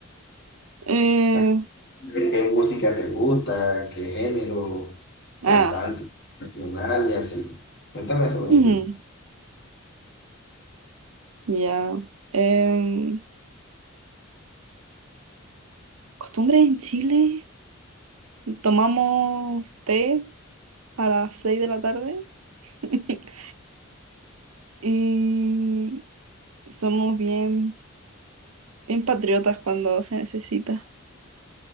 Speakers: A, on the right; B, on the left.
A: Eh,
B: las ¿Qué música te gusta? ¿Qué género?
A: ah,
B: ¿Cantante? ¿Nacional y así? Cuéntame sobre
A: ujú,
B: ti.
A: ya. Em, costumbres en Chile, tomamos té a las 6 de la tarde. <laughs> Y somos bien, bien patriotas cuando se necesita.